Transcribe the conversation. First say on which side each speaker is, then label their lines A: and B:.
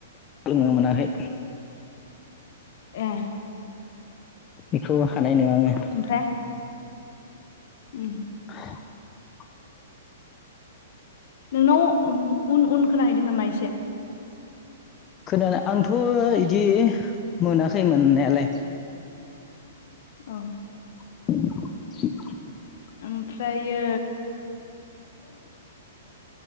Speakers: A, on the left (about 25°); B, on the left (about 60°).
A: लोनो मोनाहै
B: ए
A: बेखौ हानाय नङा आङो
B: ओमफ्राय उम।
A: <unintelligible>
B: नोंनाव उन उन खोनाहैदों नामा एसे
A: खोनानो आंथ' बिदि मोनाखै मोननायालाय।
B: औ
A: <inaudible>
B: ओमफ्रायो